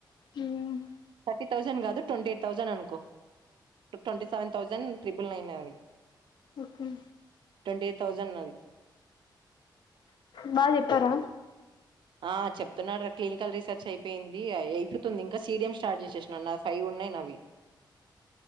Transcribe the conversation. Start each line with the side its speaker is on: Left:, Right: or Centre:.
Left: హ్మ్
Right: థర్టీ థౌజండ్ కాదు ట్వంటీ ఎయిట్ ౌండ్ అను twenty seven thousand triple nine అ
Left: ఓకే
Right: ట్ంటీ ఎయిట్ ౌసండ్ అ <unintelligible>
Left: బా చెప్పారా
Right: ఆ చెప్తున్నాడు క్లినికల్ రీసెర్చ్ అయిపోయింది అయితుతుంది ఇంకా సీడియం స్టార్ట్ చేసేసన్నాడు నా ఫైవ్ ఉన్నాయిన్ నావి